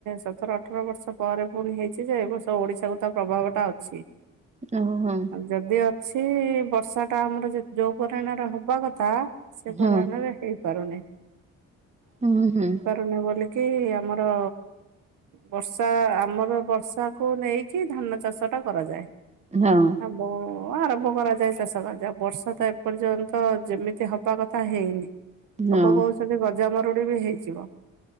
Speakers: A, on the right (about 85°); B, on the right (about 20°).
A: ସତର ଅଠର ବର୍ଷ। ପରେ ପୁଣି ହେଇଚି ଯେ ଏବର୍ଷ ଓଡିଶାକୁ ତା ପ୍ରଭାବଟା ଅଛି।
B: ଓଓହୋ।
A: ଆଉ ଯଦି ଅଛି ବର୍ଷା ଟା ଆମର ଯେ ଯୋଉ ପରିମାଣରେ ହବା କଥା ସେ
B: ହଁ
A: ପରିମାଣରେ ହେଇପାରୁନି।
B: ହୁଁ ହୁଁ।
A: ତମେ ବୋଲିକି ଆମର ବର୍ଷା ଆମର ବର୍ଷାକୁ ନେଇକି ଧାନ ଚାଷଟା କରାଯାଏ।
B: ହଁ।
A: ବ ଆରମ୍ଭ କରାଯାଏ ଚାଷ କାର୍ଯ୍ୟ। ଆଉ ବର୍ଷା ତ ଏପର୍ଯ୍ୟନ୍ତ ଯେମିତି ହବା କଥା ହେଇନି। ଲୋକ
B: ହଁ।
A: କହୁଚନ୍ତି ଗଜାମରୁଡି ବି ହେଇଯିବ।